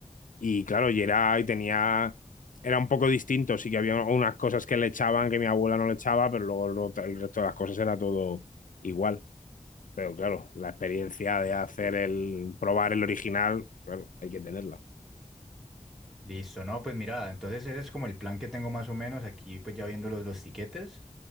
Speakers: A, on the left; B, in the centre.
A: y claro, y era, y tenía, era un poco distinto, sí que había unas cosas que le echaban que mi abuela no le echaba, pero luego lo- el resto de las cosas era todo igual. Pero claro, la experiencia de hacer el, probar el original, claro, hay que tenerla.
B: Listo, no, pues mira, entonces ese es como el plan que tengo más o menos aquí, pues ya viendo los, los tiquetes,